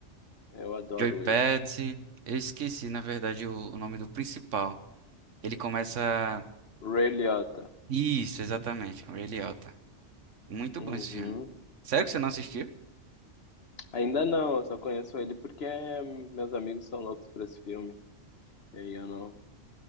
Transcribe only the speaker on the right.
Joey Pesci.
Eu esqueci, na verdade, o, o nome do principal. Ele começa.
Isso, exatamente, com o Ray Liotta. Muito
bom esse filme. Sério que você não assistiu?